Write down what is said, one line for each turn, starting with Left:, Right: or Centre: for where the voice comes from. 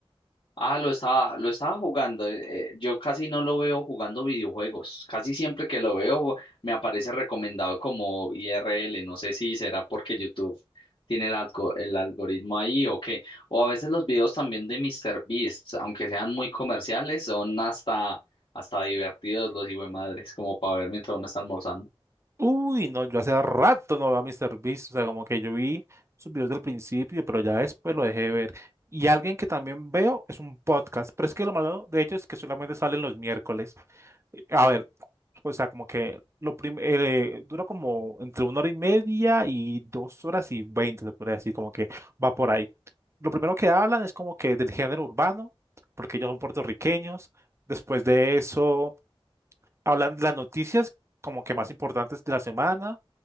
Left: Ah, lo estaba, lo estaba jugando. eh, yo casi no lo veo jugando videojuegos. Casi siempre que lo veo me aparece recomendado como IRL. No sé si será porque YouTube tiene el, algo- el algoritmo ahí o qué. O a veces los videos también de MrBeast, aunque sean muy comerciales, son hasta, hasta divertidos los madres, como para ver mientras uno está almorzando.
Right: Uy, no, yo hace rato no veo a Mr. Beast, o sea, como que yo vi sus videos del principio, pero ya después lo dejé de ver. Y alguien que también veo es un podcast, pero es que lo malo de hecho es que solamente salen los miércoles. Eh, A ver, o sea, como que lo prim- eh, dura como entre una hora y media y dos horas y veinte, se podría decir, como que va por ahí. Lo primero que hablan es como que del género urbano, porque ellos son puertorriqueños. Después de eso, hablan de las noticias como que más importantes de la semana